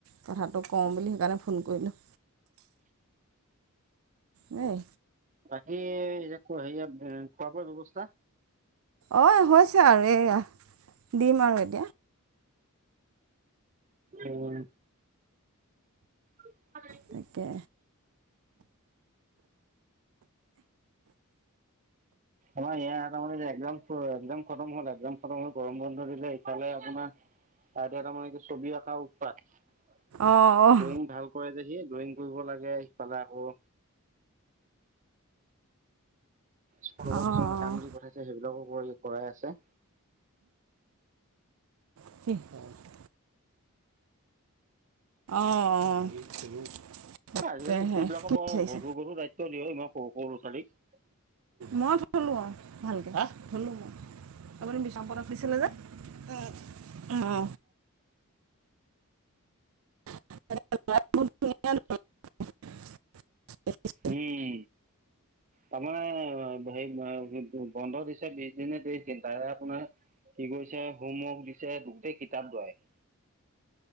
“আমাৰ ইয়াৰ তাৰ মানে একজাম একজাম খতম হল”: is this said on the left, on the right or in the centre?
Right